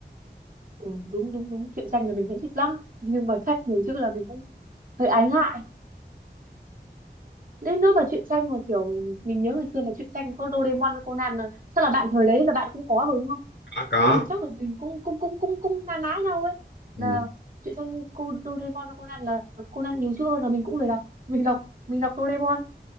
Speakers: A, on the right; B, on the left.
A: Ừ, đúng đúng đúng truyện tranh là mình cũng thích lắm nhưng mà sách nhiều chữ là mình cũng hơi ái ngại đến nỗi mà truyện tranh mà kiểu mình nhớ ngày xưa là truyện tranh có Doraemon với Conan là chắc là bạn thời đấy là bạn cũng có rồi đúng không
B: có có
A: bạn chắc là mình cũng cũng cũng cũng cũng na ná nhau ấy
B: ừ,
A: là truyện tranh cô Doraemon với Conan là Conan nhiều chữ hơn là mình cũng lười đọc mình đọc mình đọc Doraemon